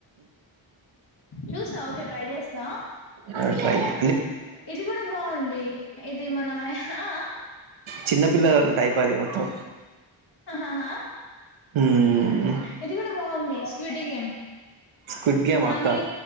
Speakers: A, on the left (about 55°); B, on the right (about 80°).
A: చూస్తా ఓకే ట్రై చేస్తా
B: అ అే
A: ఇది కూడా బాగుంది ఇది మన ఆ
B: చిన్నపిల్లల టైప్ అది మొత్తం
A: ాహా
B: ఉమ్.
A: ఇది కూడా బాగుంది వటి గేమ్
B: స్క్విడ్ గేమ్
A: కానీ
B: అక్క